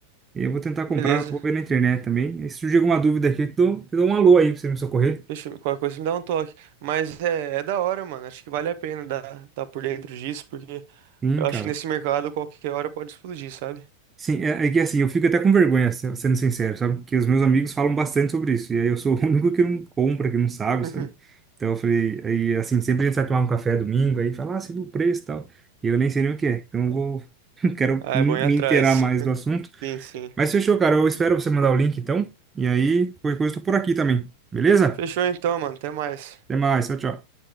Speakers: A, on the right; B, on the right.
A: E eu vou tentar comprar,
B: Beleza.
A: vou ver na internet também. E se surgir alguma dúvida aqui, eu te dou, te dou um alô aí para você me socorrer.
B: Deixa, eu- qualquer coisa me dá um toque. Mas é, é da hora, mano. Acho que vale a pena dar, dar por dentro disso, porque
A: Sim,
B: eu acho
A: cara.
B: que nesse mercado qualquer hora pode explodir, sabe?
A: Sim, é, é que assim, eu fico até com vergonha, se- sendo sincero, sabe? Porque os meus amigos falam bastante sobre isso, e aí eu sou o <laughs> único que não compra, que não sabe,
B: <laughs>
A: sabe? Então eu falei, aí assim, sempre a gente vai tomar um café domingo, aí fala, ah, você viu o preço e tal, e eu nem sei nem o que é, então eu vou, <laughs> quero
B: Ah,
A: me,
B: é bom ir
A: me
B: atrás.
A: inteirar mais
B: <laughs>
A: do assunto.
B: Sim, sim.
A: Mas fechou, cara, eu espero você mandar o link então, e aí, qualquer coisa, eu tô por aqui também, beleza?
B: Fechou então, mano. Até mais.
A: Até mais, tchau, tchau.